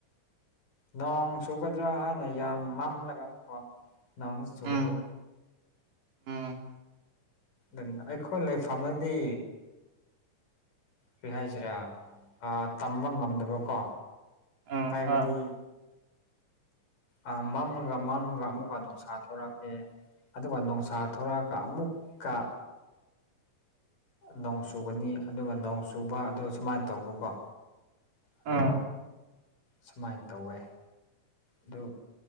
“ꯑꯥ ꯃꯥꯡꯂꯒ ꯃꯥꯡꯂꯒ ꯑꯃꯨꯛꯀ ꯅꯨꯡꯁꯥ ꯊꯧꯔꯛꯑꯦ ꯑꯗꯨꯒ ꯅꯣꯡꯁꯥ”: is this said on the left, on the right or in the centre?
Left